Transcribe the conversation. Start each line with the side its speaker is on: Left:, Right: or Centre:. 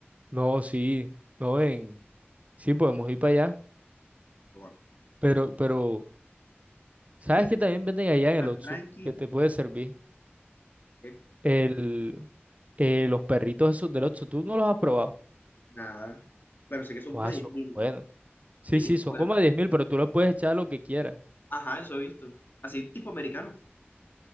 Right: No, sí, no en, sí podemos ir para allá,
Left: Toma.
Right: pero, pero, ¿sabes
Left: Cervecita,
Right: que también venden allá en
Left: Van
Right: el Oxxo?
Left: tranqui,
Right: Que te puede servir
Left: eh,
Right: el, eh, los perritos esos del Oxxo, ¿tú no los has probado?
Left: nada. Pero sé que son como
Right: Ah,
Left: diez
Right: son
Left: mil.
Right: buenos. Sí,
Left: Sí,
Right: sí, son
Left: bueno.
Right: como diez mil, pero tú los puedes echar lo que quieras.
Left: Ajá, eso he visto. Así tipo americano,